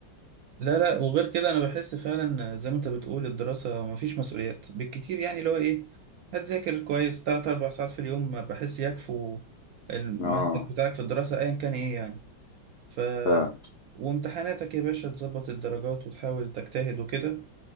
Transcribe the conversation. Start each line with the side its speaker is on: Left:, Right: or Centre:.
Right: لا لا وغير كده انا بحس فعلا زي ما انت بتقول الدراسة مفيش مسؤوليات بالكتير يعني اللي هو ايه هتذاكر كويس تلات اربع ساعات في اليوم بحس يكفوا المنهج
Left: <laughs> اه
Right: بتاعك في الدراسة ايا كان ايه يعني ف
Left: فعلا
Right: وامتحاناتك يا باشا تظبط الدرجات وتحاول تجتهد وكده